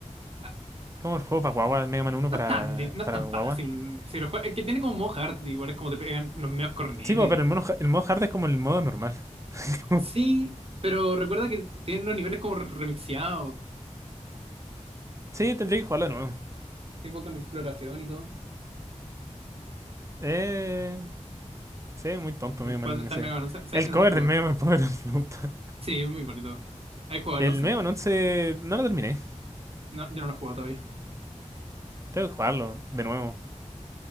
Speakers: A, on the right (about 50°); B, on the right (about 25°).
A: Ah,
B: Como el juego para guagua, Mega Man uno
A: No
B: para,
A: es tan, di- no es
B: para
A: tan
B: guagua.
A: fácil. Si lo jue- es que tiene como modo hard, igual es como te pegan los medios cornetes.
B: Sí, po, pero el, mono, ja- el modo hard es como el modo normal. <laughs> Como-
A: Sí, pero recuerda que t- tienen los niveles como remixeados,
B: Sí, tendría que jugarlo de nuevo.
A: tipo con exploración y todo.
B: Eh, Sí, muy tonto
A: El
B: Mega
A: 4
B: Man
A: está
B: ese.
A: en Mega Man 11. ¿Sabes
B: El
A: que no
B: cover
A: lo he jugado?
B: del Mega Man Power Up me gusta.
A: Sí, es muy bonito.
B: <laughs>
A: ¿Has jugado
B: El
A: el 11?
B: Mega Man 11 no lo terminé.
A: No, yo no lo he jugado todavía.
B: Tengo que jugarlo de nuevo.